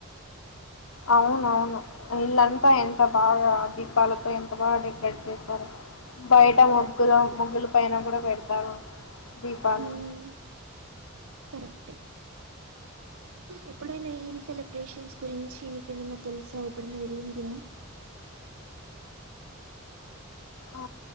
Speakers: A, on the left; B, on the right.
A: అవునవును ఇల్లంతా ఎంత బాగా దీపాలతో ఎంత బాగా డెకరేట్ చేశారు బయట ముగ్గులు ముగ్గుల పైన కూడా పెడతారు దీపాలు
B: హ్మ్ కరెక్టే ఎప్పుడైనా ఈది సెలబ్రేషన్స్ గురించి నీకేమైన్నా తెలుసా ఎప్పుడైనా వెళ్ళిందివా
A: ఆ